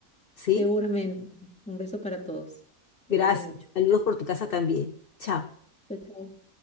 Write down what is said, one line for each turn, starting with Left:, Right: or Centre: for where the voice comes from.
Left: ¿Sí?
Centre: seguramente. Un beso para todos. Cuídate
Left: Gracias.
Centre: mucho.
Left: Saludos por tu casa también. Chao.
Centre: Chao, chao.